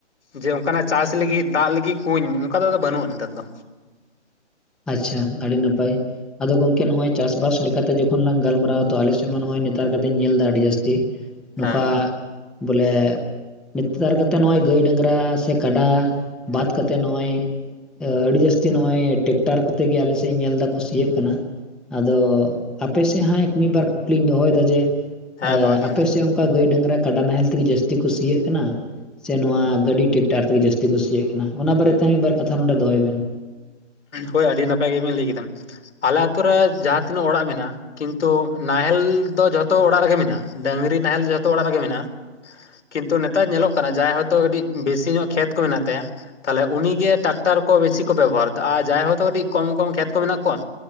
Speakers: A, on the left; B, in the centre.
A: ᱡᱮ ᱚᱱᱠᱟᱱᱟᱜ ᱪᱟᱥ ᱞᱟᱹᱜᱤᱫ ᱫᱟᱜ ᱞᱟᱹᱜᱤᱫ ᱠᱩᱧ ᱚᱱᱠᱟ ᱛᱮᱫᱚ ᱵᱟᱹᱱᱩᱜᱼᱟ ᱱᱮᱛᱟᱨ ᱫᱚ᱾
B: ᱟᱪᱪᱷᱟ ᱟᱹᱰᱤ ᱱᱟᱯᱟᱭ᱾ ᱟᱫᱚ ᱜᱚᱝᱠᱮ ᱱᱚᱜ ᱚᱭ ᱪᱟᱥᱵᱟᱥ ᱞᱮᱠᱟᱛᱮ ᱟᱫᱚ ᱜᱚᱢᱠᱮ ᱱᱚᱜ-ᱚᱭ ᱪᱟᱥ-ᱵᱟᱥ ᱞᱮᱠᱟᱛᱮ ᱡᱚᱠᱷᱚᱱ ᱞᱟᱝ ᱜᱟᱞᱢᱟᱨᱟᱣᱟ ᱛᱚ ᱟᱞᱮ ᱥᱮᱫ ᱢᱟ ᱱᱚᱜ-ᱚᱭ ᱱᱮᱛᱟᱨ ᱠᱟᱛᱮᱧ ᱧᱮᱞ ᱮᱫᱟ ᱟᱹᱰᱤ ᱡᱟᱹᱥᱛᱤ ᱱᱚᱝᱠᱟ
A: ᱦᱮᱸ
B: ᱵᱚᱞᱮ ᱱᱮᱛᱟᱨ ᱠᱟᱛᱮ ᱱᱚᱜ-ᱚᱭ ᱜᱟᱹᱭ ᱰᱟᱝᱨᱟ ᱥᱮ ᱠᱟᱰᱟ ᱵᱟᱫ ᱠᱟᱛᱮ ᱱᱚᱜᱼᱚᱭ ᱟᱹᱰᱤ ᱡᱟᱹᱥᱛᱤ ᱱᱚᱜᱼᱚᱭ ᱴᱮᱠ ᱴᱟᱨ ᱠᱚᱛᱮ ᱜᱮ ᱟᱞᱮ ᱥᱮᱫ ᱤᱧ ᱧᱮᱞ ᱮᱫᱟ ᱠᱩ ᱥᱤᱭᱮᱫ ᱠᱟᱱᱟ᱾ ᱟᱫᱚ ᱟᱯᱮ ᱥᱮᱫ ᱦᱚᱸ ᱢᱤᱫ ᱵᱟᱨ ᱠᱩᱠᱞᱤᱧ ᱫᱚᱦᱚᱭᱮᱫᱟ ᱡᱮ
A: ᱦᱮᱸ
B: ᱮ
A: ᱫᱚᱦᱚᱭ ᱵᱤᱱ
B: ᱟᱯᱮᱥᱮᱫ ᱠᱟ ᱜᱟᱹᱭ ᱰᱟᱝᱨᱟ ᱠᱟᱰᱟ ᱱᱟᱦᱮᱞ ᱛᱮᱜᱮ ᱡᱟᱹᱥᱛᱤ ᱠᱩ ᱥᱤᱭ-ᱮᱫ ᱠᱟᱱᱟ ᱥᱮ ᱱᱚᱣᱟ ᱜᱟᱹᱰᱤ ᱴᱮᱠᱴᱟᱨ ᱛᱮᱜᱮ ᱡᱟᱹᱥᱛᱤ ᱠᱩ ᱥᱤᱭᱟᱜ ᱠᱟᱱᱟ ᱚᱱᱟ ᱵᱟᱨᱮᱛᱮ ᱦᱚ ᱢᱤᱫ ᱵᱟᱨ ᱠᱟᱛᱷᱟ ᱱᱚᱰᱮ ᱫᱚᱦᱚᱭ ᱵᱮᱱ?
A: ᱦᱳᱭ ᱟᱹᱰᱤ ᱱᱟᱯᱟᱭ ᱜᱮᱵᱤᱱ ᱞᱟᱹᱭ ᱠᱮᱫᱟ ᱟᱞᱮ ᱟᱛᱳ ᱨᱮ ᱡᱟᱦᱟ ᱛᱤᱱᱟᱹᱜ ᱚᱲᱟᱜ ᱢᱮᱱᱟᱜᱼᱟ, ᱠᱤᱱᱛᱩ ᱱᱟᱦᱮᱞ ᱫᱚ ᱡᱷᱚᱛᱚ ᱚᱲᱟᱜ ᱨᱮᱜᱮ ᱢᱮᱱᱟᱜᱼᱟ ᱰᱟᱹᱟᱝᱨᱤ ᱱᱟᱦᱮᱞ ᱡᱷᱚᱛᱚ ᱚᱲᱟᱜ ᱨᱮᱜᱮ ᱢᱮᱱᱟᱜᱼᱟ᱾ ᱠᱤᱱᱛᱩ ᱱᱮᱛᱟᱨ ᱧᱮᱞᱚᱜ ᱠᱟᱱᱟ ᱡᱟᱦᱟᱭ ᱦᱚᱭᱛᱳ ᱠᱟᱹᱴᱤᱡ ᱵᱮᱥᱤ ᱧᱚᱜ ᱠᱷᱮᱛ ᱠᱚ ᱢᱮᱱᱟᱜ ᱛᱟᱭᱟ, ᱛᱟᱦᱞᱮ ᱩᱱᱤᱜᱮ ᱴᱨᱟᱠᱴᱟᱨ ᱠᱚ ᱵᱮᱥᱤ ᱠᱚ ᱵᱮᱵᱚᱦᱟᱨᱫᱟ ᱟᱨ ᱡᱟᱦᱟᱭ ᱦᱚᱲ ᱫᱚ ᱠᱟᱹᱴᱤᱡ ᱠᱚᱢ ᱠᱚᱢ ᱠᱷᱮᱛ ᱠᱚ ᱢᱮᱱᱟᱜ ᱠᱚᱣᱟ,